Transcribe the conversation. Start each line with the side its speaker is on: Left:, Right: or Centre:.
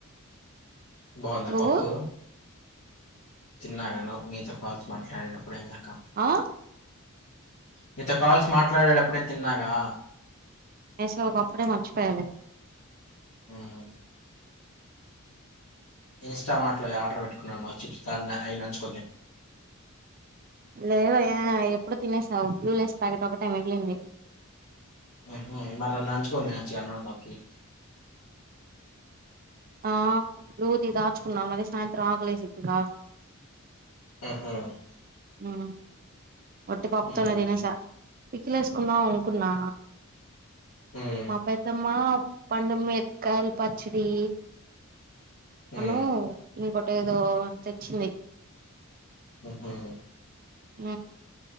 Left: బాగుందా
Right: నువ్వు
Left: పప్పు తిన్నాగాని మీతో కాల్స్ మాట్లాడేటప్పుడే ఇందాక
Right: ఆ
Left: నీతో కాల్స్ మాట్లాడేటప్పుడే తిన్నాగా
Right: సో ఒకప్పుడే మర్చిపోయాలే
Left: ఉమ్ ఇన్స్టమార్ట్ లో ఆర్డర్ బెట్టుకున్నాను చిప్స్ అయి నల్చుకొని
Right: లేదయ్యా ఎప్ ఎప్పుడు తినేసావు బ్లూ లేస్ ప్యాకెట్ ఒకటే మిగిలింది
Left: హుహూ మరి నంచుకొని తినొచ్చుగా అన్నం లోకి
Right: ఆ బ్లూది దాచుకున్నా మరి సాయంత్రం ఆకలేసిద్దిగా
Left: ఉమ్
Right: ఆ వట్టి పప్పు
Left: హ్మ్.
Right: తోనే తినేసా పికిల్ యేస్ కుందాం అనుకున్నా
Left: హ్మ్.
Right: మా పెద్దమ్మా పండు మిరపకాయల పచ్చడి
Left: హ్మ్.
Right: అను ఇంకో టేదో తెచ్చింది
Left: ఉమ్ హు
Right: ఉమ్